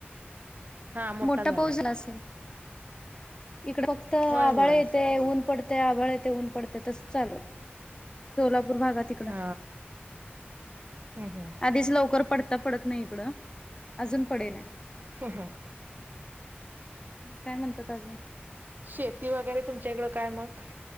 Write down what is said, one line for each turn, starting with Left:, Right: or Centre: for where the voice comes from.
Right: हा
Left: मोठा
Right: झालाय.
Left: पाऊसला असेल इकडं फक्त आभाळ
Right: होय होय
Left: येते ऊन पडते ते आभळ येतेे ऊन पडते तस चालूयं सोला भागात
Right: हा हम् हम्
Left: आधीच लवकर पडत. पडत नाही इकडं अजून पडेल
Right: ह हा
Left: काय म्हणतात अजून
Right: शेती वगैरे तुमच्या इकडं काय मग